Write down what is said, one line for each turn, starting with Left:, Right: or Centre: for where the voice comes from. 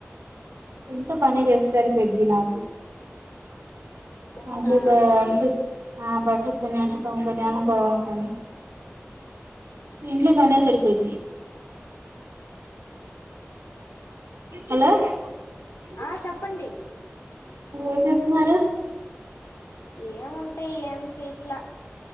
Right: ఇంకా పనే చేస్తారు పెద్ద నాకు
Left: అవునా
Right: అట్లేదు అంట ఆ బట్టలు కొని అంటుతాము కాని అన్నకోరవను కాని ఇంట్లో కానీ సరిపోయింది హలో ఉమ్
Left: ఆ చెప్పండి
Right: ఏం చేస్తున్నారు
Left: ఏంంటాయి ఏం చెయట్లా